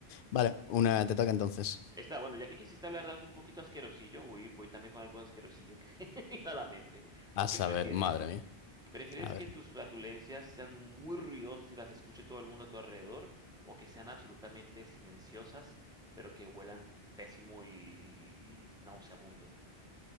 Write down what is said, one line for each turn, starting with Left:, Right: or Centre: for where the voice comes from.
Left: Vale, una te toca entonces.
Centre: Está bueno, ya que quisiste hablar de algo un poquito asquerosillo, voy, voy también con algo asquerosillo que <laughs> me vino a la mente.
Left: A
Centre: ¿Tú
Left: saber,
Centre: qué prefieres?
Left: madre mía.
Centre: ¿Prefieres
Left: A
Centre: que
Left: ver.
Centre: tus flatulencias sean muy ruidosas y las escuche todo el mundo a tu alrededor? ¿O que sean absolutamente silenciosas, pero que huelan pésimo y, y- y nauseabundo?